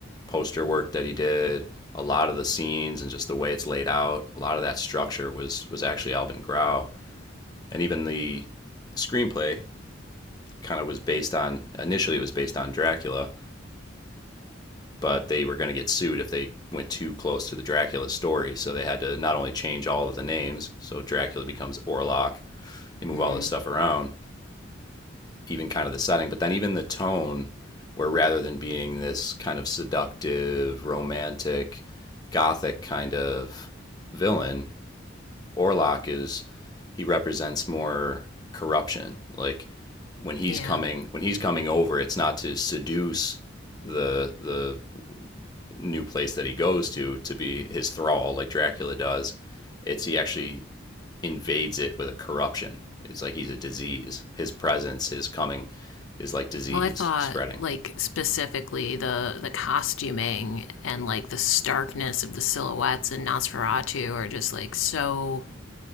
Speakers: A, on the left; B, on the left.
A: poster work that he did, a lot of the scenes and just the way it's laid out, a lot of that structure was was actually Alvin Grau. And even the screenplay kind of was based on initially it was based on Dracula, but they were going to get sued if they went too close to the Dracula story. So they had to not only change all of the names, so Dracula becomes Orlok. They move
B: Mm,
A: all this stuff around, even kind of the setting, but then even the tone, where rather than being this kind of seductive, romantic, gothic kind of villain, Orlok is he represents more corruption. Like when he's
B: yeah.
A: coming, when he's coming over, it's not to seduce the the new place that he goes to to be his thrall, like Dracula does. It's he actually invades it with a corruption. It's like he's a disease. His presence, his coming, is like disease
B: Well, I thought
A: spreading.
B: like specifically the the costuming and like the starkness of the silhouettes in Nosferatu are just like so